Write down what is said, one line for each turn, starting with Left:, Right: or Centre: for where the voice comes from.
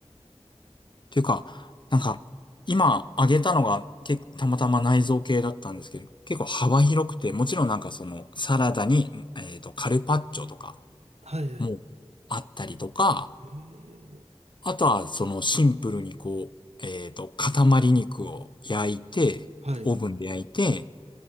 Left: ていうか、なんか、今挙げたのが、け、たまたま内臓系だったんですけど、結構幅広くて、もちろんなんかその、サラダに、えっと、カルパッチョとか
Right: はいはい。
Left: もあったりとか、
Right: えー、
Left: あとはそのシンプルにこう、えっと、塊肉を焼いて、
Right: はい。
Left: オーブンで焼いて、